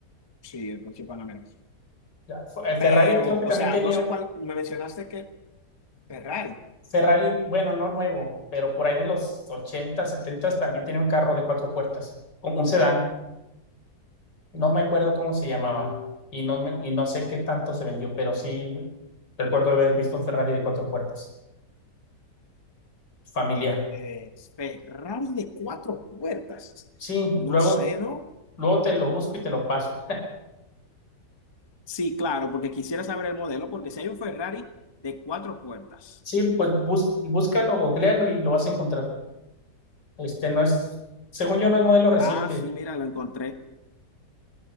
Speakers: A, on the left; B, on the left.
A: Sí, el coche Panamera.
B: Ya, F- eh, Ferrari
A: Pero,
B: creo que
A: o
B: también
A: sea,
B: tenía,
A: no sé cuál, me mencionaste que Ferrari.
B: Ferrari, bueno, no nuevo, pero por ahí de los 80 70 también tiene un carro de cuatro puertas, un un sedán. no me acuerdo cómo se llamaba
A: Mm,
B: y no, me- y no sé qué tanto se vendió, pero sí recuerdo haber visto un Ferrari de cuatro puertas, familiar.
A: eh, Ferrari de cuatro puertas.
B: Sí,
A: No
B: luego,
A: sé, ¿no?
B: luego te lo busco y te lo paso.
A: Sí, claro, porque quisiera saber el modelo, porque si hay un Ferrari de cuatro puertas.
B: Sí, pues bus- búscalo, googlealo y lo vas a encontrar. Este no es, según yo, no es modelo reciente,
A: Ah, sí, mira, lo encontré.